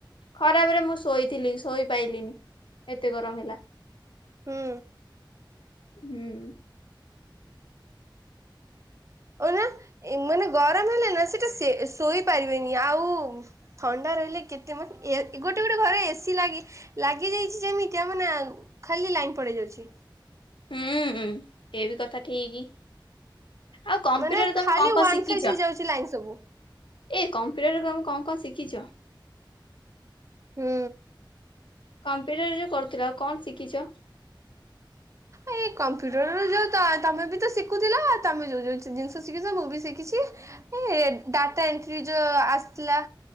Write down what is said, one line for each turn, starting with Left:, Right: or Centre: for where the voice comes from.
Left: ଖରାପରେ ମୁଁ ଶୋଇ ଥିଲି ସୋଇ ପାଇଲିନି ଏତେ ଗରମ ହେଲା
Right: ହୁଁ
Left: ହୁଁ
Right: ଓ ନା ଏମାନେ ଗରମ ହେଲେ ନା ସେଟା ଶୋଇପାରିବେନି ଆଉ ଥଣ୍ଡା ରହିଲେ କେତେ ମ ଗୋଟେ ଗୋଟେ ଘରେ ଏସି ଲାଗି ଲାଗି ଯାଇଛି ଯେମିତିଆ ମାନେ ଖାଲି ଲାଇନ ପଡି ଯାଉଛି।
Left: ହୁଁ ଏବି କଥା ଠିକି। ଆଉ କମ୍ପୁଟରରେ
Right: ମାନେ
Left: ତମେ
Right: ଖାଲି
Left: କଣ କଣ
Right: ୱାନ
Left: ଶିଖିଛ
Right: ଫେଜ ହେଇଯାଉଛି ଲାଇନ ସବୁ
Left: ଏ କମ୍ପୁଟରରେ ତମେ କଣ କଣ ଶିଖିଛ?
Right: ହୁଁ
Left: କମ୍ପ୍ୟୁଟରରେ କରୁ ତ୍ର କଣ ଶିଖିଛ?
Right: ଏଇ କମ୍ପ୍ୟୁଟର ର ଯୋଉ ତମେ ବି ତ ଶିଖୁଥିଲ ତମେ ଯୋଉ ଯୋଉ ଜିନିଷ ଶିଖିଛ ମୁଁ ବି ଶିଖିଛି ଏ ଡାଟା ଏଣ୍ଟ୍ରି ଯୋଉ ଆସିଥିଲା